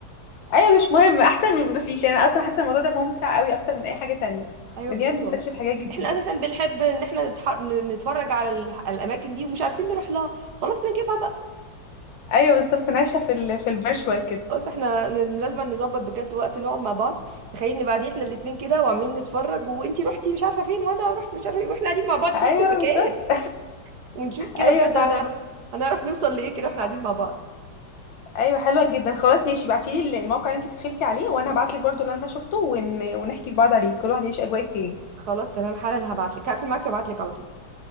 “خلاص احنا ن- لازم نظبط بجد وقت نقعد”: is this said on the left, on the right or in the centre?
Right